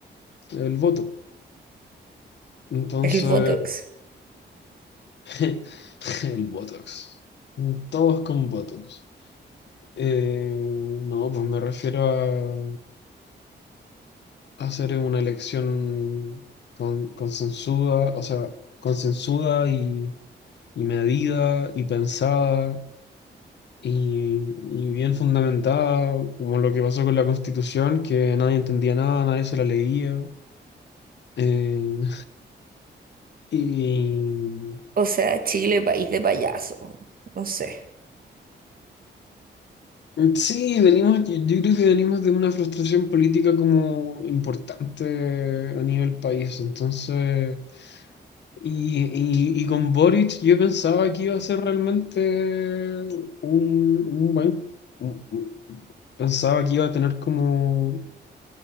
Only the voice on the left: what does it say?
el voto. Entonces,
<laughs> El Botox. Todos con Botox. Eh, no, pues me refiero a, a hacer una elección con, consensuada, o sea, consensuada y, y medida y pensada y, y bien fundamentada, como lo que pasó con la Constitución, que nadie entendía nada, nadie se la leía. Eh, <laughs> y
Mm, Sí, venimos, yo yo creo que venimos de una frustración política como importante a nivel país, entonces, y, y- y con Boric yo pensaba que iba a ser realmente un, un buen, un- un- pensaba que iba a tener como